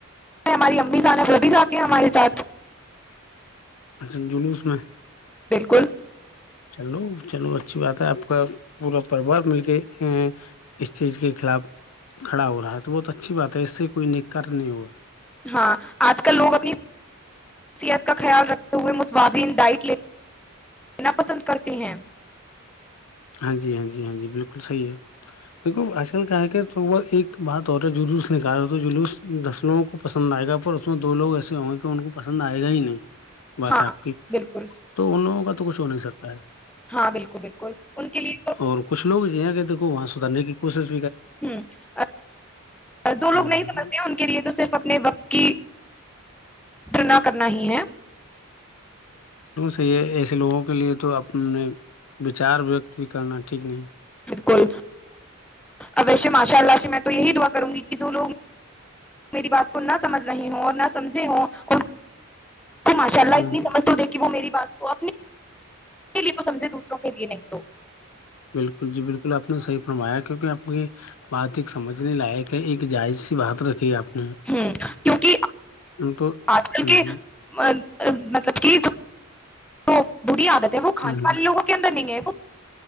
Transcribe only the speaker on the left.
اچھا جلوس میں
چلو چلو اچھی بات ہے آپ کا پورا پروار مل کے اس چیز کے خلاف کھڑا ہو رہا ہے تو بہت اچھی بات ہے اس سے کوئی نکار نہیں ہوا
ہاں جی ہاں جی ہاں جی بالکل صحی ہے دیک آج کل کیا ہے کہ ایک بات ہو رہا ہے جلوس ن کہال رہا تو جلوس دس لووں کو پسند آئے گا اور اس میں دو لوگ ایسے ہوں گے ان کو پسند آئے گا ہی نہیں بات
ہے آپ کی
تو ان لوگوں کا تو کچھ ہو نہیں سکتا ہے
اور کچھ لوگ یہ ہیں کہ دیکھو وہاں سدارنے کی ک <unintelligible>
ہ
تو یہ ایسے لوگوں کے لیے تو اپنے وچار ویکت بھی کرنا ٹھیک نہیں
ہ
بالکل جی بالکل آپ نے صحیح فرمایا کیونکہ آپ کی بات ایک سمجھنے لائق ہے ایک جائز سی بات رکھی آپ نے
تو
جی
ہ